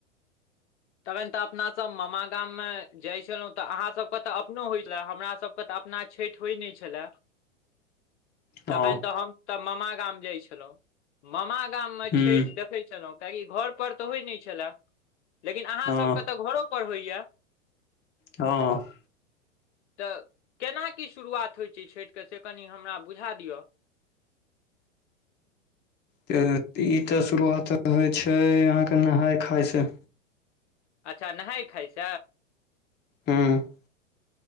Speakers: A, on the left; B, on the left.
A: तखन तऽ अपना सब मामा गाम मे जाय छलहुँं तऽ अहाँ सभके तऽ अपनो होय छले हमरा सभ तऽ अपना छठि होय नहि छलए
B: हँ
A: तखन तऽ हम तऽ मामा गाम जाय छलहुँ मामा गाममे
B: हूँ
A: छठि देखैत छलहु कियाकि घर पर तऽ होय नहि छले लेकिन अहाँ
B: हँ
A: सबके तऽ घरो पर होइया
B: हँ
A: तऽ केना की शुरुआत होय छै छठिके से कनि हमरा बुझा दिअ
B: तऽ ई तऽ शुरुआत होय छै अहाँके नहाय खाय से
A: अच्छा नहााय खाायस
B: हँ